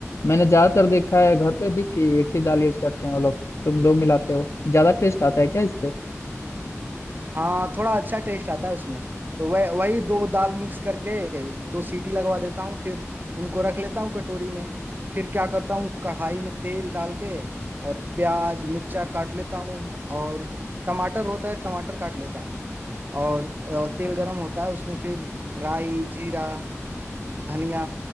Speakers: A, on the left (about 65°); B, on the right (about 40°).
A: मैंने ज्यादातर देखा है घर पे भी कि एक ही दाल यूज करते हैं वो लोग तुम दो मिलाते हो ज्यादा टेस्ट आता है क्या इससे
B: हाँ थोड़ा अच्छा टेस्ट आता है उसमें तो वह वही दो दाल मिक्स करके दो सीटी लगवा देता हूँ फिर उनको रख लेता हूँ कटोरी में फिर क्या करता हूँ कढ़ाई में तेल डाल के और प्याज मिर्चा काट लेता हूँ और टमाटर होता है टमाटर काट लेता हूँ और अ, तेल गरम होता है उसमें फिर राई जीरा धनिया